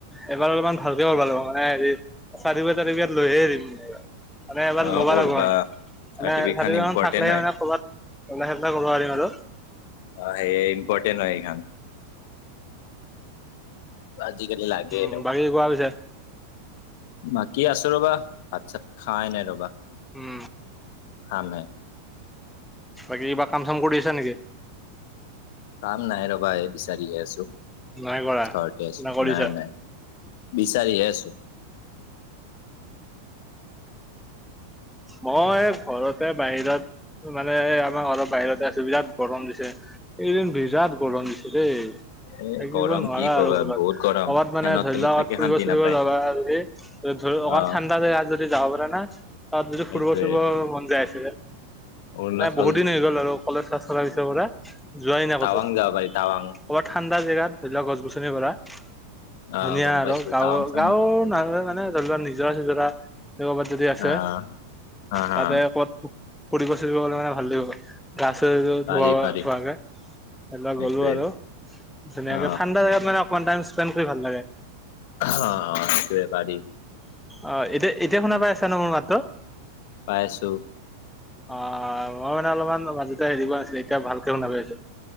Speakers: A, in the centre; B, on the left.
A: এবাৰ অলপমান ভালকে কৰিব লাগিব ন', হেৰি চাৰি বি চাৰি বিজাত লৈহে হৰিম। মানে আমাৰ
B: অ',
A: লৰা
B: কৰবা
A: লাগোৱা নাই মানে
B: চাৰ্টিফিকেট
A: চাৰিখন
B: খান ইম্পৰ্টেণ্ট
A: থাক লাহে
B: হয়
A: মানে ক'ৰবাত ওলাই সেেলা কৰিব পাৰিম আৰু
B: অ' সেয়ে ইম্পৰ্টেণ্ট হয় খান আজি কি লাগে
A: উম,
B: ন
A: বাকী কোৱা পিছে
B: বাকী আছো ৰ'বা ভাত চাত খাই নাই ৰ'বা।
A: উম
B: খাম হে
A: বাকী কিবা কাম চাম কৰি আছা নেকি?
B: কাম নাই ৰবা এই বিচাৰি আছো
A: নাই কৰা
B: চঠ
A: না কৰিছা?
B: নাই নাই। চালি আছো।
A: মই ঘৰতে বাহিৰত মানে আমাৰ ঘৰ বাহিৰতে আছো বিৰাট গৰম দিছে এইদিন বিৰাট গৰম দিছে দেই।
B: এ
A: থাকিব
B: গৰম
A: নোৱাৰা
B: কি ক'বা
A: আৰু ঘৰত
B: বহুত
A: ক'ৰবাত
B: গৰম ফেনৰ
A: মানে ধৰি
B: তলত
A: লোৱা
B: থাকি
A: ফুৰিব
B: শান্তি
A: চুৰিব
B: নাপায়
A: যাবা ধ অকমান
B: অ',
A: ঠাণ্ডা জেগাত যদি যাব পাৰে না তাত যদি
B: সেইটোৱে
A: ফুৰিব ফুৰিব মন যায় আছিলে
B: অৰুণাচল
A: নাই বহুত দিন হৈ গ'ল আৰু কলেজ চাছ চলাৰ পিছৰ পৰা যোৱাই নাই
B: টাৱাং
A: ক'তো
B: যাব পাৰি টাৱাং
A: ক'ৰবাত ঠাণ্ডা জেগাত ধৰি লোৱা গছ গছনি কৰা।
B: অ',
A: ধুনীয়া
B: গম
A: আৰু
B: পাইছো
A: গাঁৱৰ
B: টাৱাং চাং
A: গাঁৱৰ নলে মানে ধৰি নিজৰা চজৰা কৰ'বাত যদি আছে
B: অ', হা হা
A: তাতে ক'বাত ফুৰিব ফুৰিব গলে মানে ভাল লাগিব। <inaudible> ধোৱা
B: পাৰি পাৰি
A: ধোৱা গে স
B: সেইটোৱে
A: গ'লো আৰু ধুনীয়াকে
B: অ
A: ঠাণ্ডা জোগাত মানে অকমান টাই স্পেড কৰি ভাল লাগে।
B: অহ বেপাৰী
A: অ', এতিয়া এতিয়া শুনা পাই আছা ন মোৰ মাতটো।
B: পাইছোঁ।
A: অ মই মানে অলপমান মাজতে হেৰিিব নাছিলো এতিয়া ভালকে শুনাবি আছো